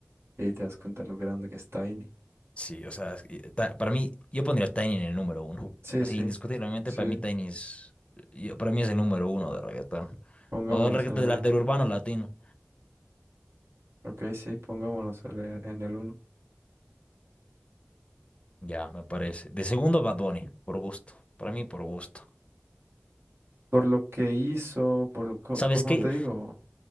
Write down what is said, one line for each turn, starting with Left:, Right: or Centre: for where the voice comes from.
Right: Y ahí te das cuenta lo grande que es Tiny.
Left: sí, o sea, es que, eh, ta- para mí, yo pondría Tiny en el número uno.
Right: Sí,
Left: Así,
Right: sí,
Left: indiscutiblemente,
Right: sí,
Left: para mí Tiny es, yo- para mí es el número uno de reggaetón.
Right: pongámoslos
Left: O del reggaetón
Right: en el
Left: de
Right: uno.
Left: la- del urbano latino.
Right: Ok, sí, pongámoslos en el en el uno.
Left: Ya, me parece. De segundo, Bad Bunny, por gusto. Para mí, por gusto.
Right: por lo que hizo, por lo co-
Left: ¿Sabes
Right: por como
Left: qué?
Right: te digo,